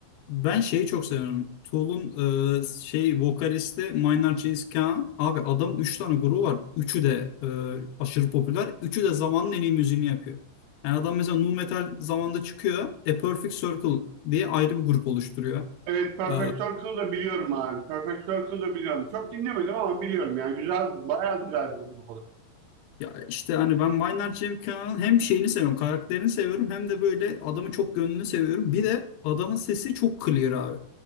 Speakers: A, on the left (about 80°); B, on the right (about 90°).
A: ben şeyi çok seviyorum. Tool'un e, şey vokalisti Maynard James Keenan. Abi adamın 3 tane grubu var. Üçü de e, aşırı popüler. Üçü de zamanın en iyi müziğini yapıyor. Yani adam mesela nu metal zamanında çıkıyor. A Perfect Circle diye ayrı bir grup oluşturuyor.
B: Evet Perfect
A: Ee,
B: Circle da biliyorum abi. Perfect Circle da biliyorum. Çok dinlemedim ama biliyorum yani güzel bayağı güzel bir grup.
A: Ya işte hani ben Maynard Cem Kenan'ın hem şeyini seviyorum, karakterini seviyorum hem de böyle adamı çok gönlünü seviyorum. Bir de adamın sesi çok clear abi.